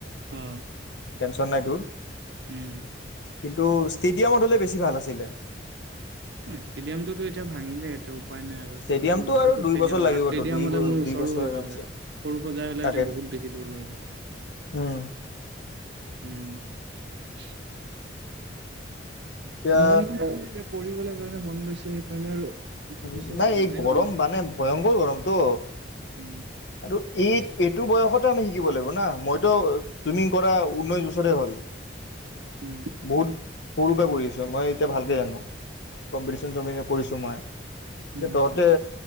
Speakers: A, on the right (about 65°); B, on the left (about 70°).
A: ও'।
B: টেনশ্যন নাই তোৰ?
A: ও'।
B: কিন্তু, ষ্টিত? তিয়া মত হ'লে বেছি ভাল আছিলে।
A: ষ্টেডিয়াম টোতো এতিয়া ভাঙিলে এতো উপাই নাই আৰু
B: ষ্টেডিয়ামটো
A: ষ্টেডিয়াম নহলেতো
B: আৰু
A: উপায়
B: দুই
A: উপায়
B: বছৰ
A: নাই
B: লাগিব
A: আৰু ষ্টেডিয়াম নহলেতো ষ্টেডিয়াম আৰু, ষ্টেডিয়াম
B: তোৰ দুই
A: হলে মোৰ
B: দুই
A: ওচৰো
B: বছৰ
A: হৈ
B: আৰামছে
A: গ'ল হয়। সৰু সজাই হলে
B: তাকেতো
A: এতিয়া বহুত বেছি দূৰ হৈ যায়
B: উম
A: ও'। <unintelligible>
B: এতিয়া
A: <inaudible> কৰিবলৈ কাৰণে মন গৈছে, সেইকাৰণে আৰু। ভাবিছো
B: উ, নাই এই
A: লৈ
B: গৰম
A: ল'বা
B: মানে ভয়ংকৰ গৰমটো
A: উম,
B: আৰু এই, এইটো বয়সতে আমি শিকিব লাগিব ন, মইতো চুইমিং কৰা ঊনৈশ বছৰে হ'ল।
A: উম।
B: বহুত সৰু পৰা কৰি আছোঁ। মই এতিয়া ভালকে জানো, কম্পিটিচন চম্পিটিন কৰিছো মই,
A: উম,
B: এতিয়া তহঁতে